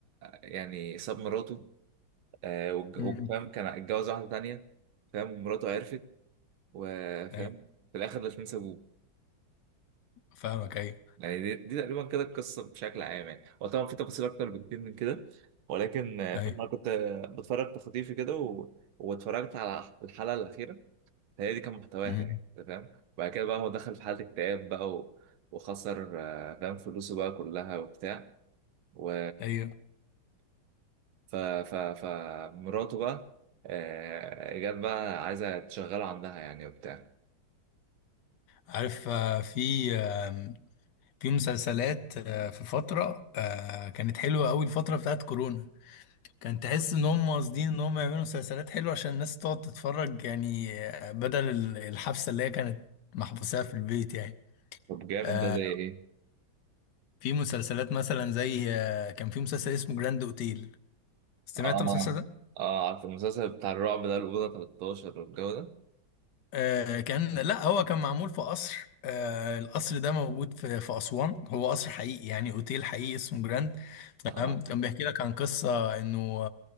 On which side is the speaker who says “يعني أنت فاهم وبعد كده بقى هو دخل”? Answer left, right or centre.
Right